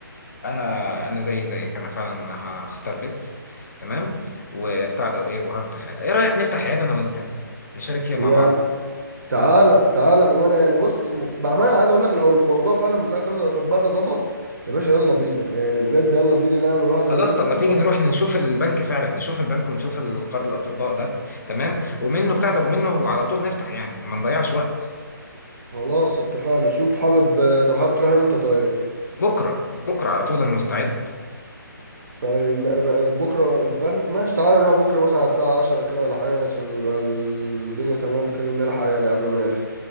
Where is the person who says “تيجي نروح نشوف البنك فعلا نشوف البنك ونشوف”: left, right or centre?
Left